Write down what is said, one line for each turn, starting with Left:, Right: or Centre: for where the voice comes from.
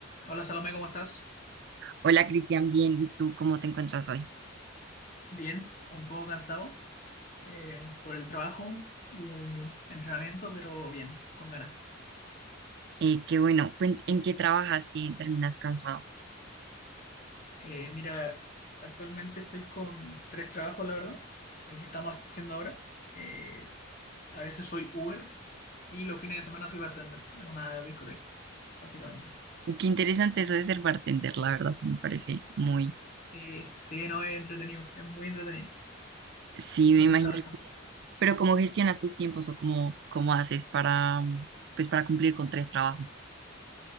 Left: Hola Salomé, ¿cómo estás?
Right: Hola Cristian, bien, ¿y tú cómo te encuentras hoy?
Left: Bien, un poco cansado eh, por el trabajo y el entrenamiento, pero bien, con ganas.
Right: Eh, qué bueno, cuen- ¿en qué trabajas? y terminas cansado?
Left: Eh, mira, actualmente estoy con tres trabajos, la verdad, el que estamos haciendo ahora. Eh, a veces soy Uber y los fines de semana soy bartender en una discoteca, básicamente.
Right: Qué interesante eso de ser bartender, la verdad, me parece muy,
Left: Sí, sí, no es entretenido, es muy entretenido,
Right: sí,
Left: me
Right: me
Left: gusta
Right: imagino.
Left: bastante.
Right: Pero ¿cómo gestionas tus tiempos o cómo, cómo haces para, mm, pues, para cumplir con tres trabajos